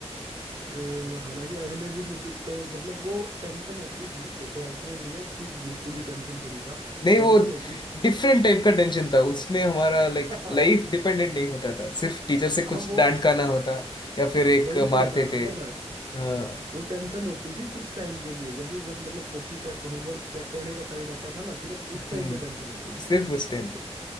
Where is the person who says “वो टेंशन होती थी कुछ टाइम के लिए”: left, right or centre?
Right